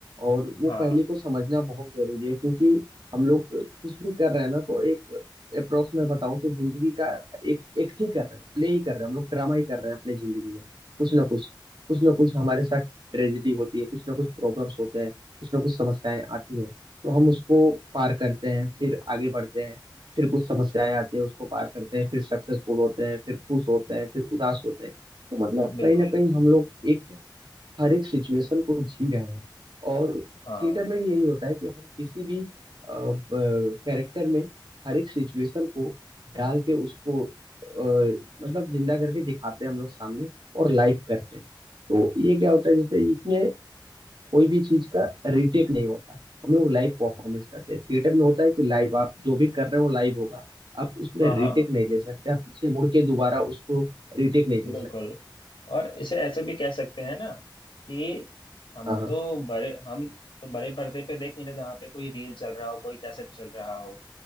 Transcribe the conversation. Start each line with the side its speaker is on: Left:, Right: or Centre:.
Right: और वो
Left: हाँ
Right: पहेली को समझना बहुत जरूरी है क्योंकि हम लोग कुछ भी कर रहे हैं ना तो एक अप्रोक्स में बताऊं तो जिंदगी का एक एक्ट ही कर रहे हैं प्ले ही कर रहे हैं हम लोग ड्रामा ही कर रहे हैं अपनी जिंदगी में कुछ ना कुछ कुछ ना कुछ हमारे साथ ट्रेजिडी होती है कुछ ना कुछ प्रॉब्लम्स होते हैं कुछ ना कुछ समस्याएं आती हैं तो हम उसको पार करते हैं फिर आगे बढ़ते हैं फिर कुछ समस्याएं आती हैं उसको पार करते हैं फिर सक्सेसफुल होते हैं फिर खुश होते हैं फिर उदास होते हैं तो मतलब कहीं
Left: बिल्कुल
Right: ना कहीं हम लोग एक हर एक सिचुएशन को जी रहे हैं और
Left: हाँ
Right: थिएटर में भी यही होता है कि हम किसी भी कैरेक्टर में हर एक सिचुएशन को डाल के उसको अ, मतलब जिंदा करके दिखाते हैं हम लोग सामने और लाइव करते हैं तो ये क्या होता है जैसे इसमें कोई भी चीज का रिटेक नहीं होता हम लोग लाइव परफॉर्मेंस करते हैं थिएटर में होता है कि लाइव आप जो भी कर रहे हो लाइव होगा आप उसमें
Left: हाँ
Right: रिटेक
Left: हाँ।
Right: नहीं ले सकते आप पीछे मुड़ के दोबारा उसको रिटेक नहीं ले
Left: बिल्कुल
Right: सकते
Left: और इसे ऐसे भी कह सकते हैं ना कि हम
Right: हाँ हाँ।
Left: तो बड़े हम तो बड़े पर्दे पे देख नहीं रहे जहाँ पे कोई रील चल रहा हो कोई कैसेट चल रहा हो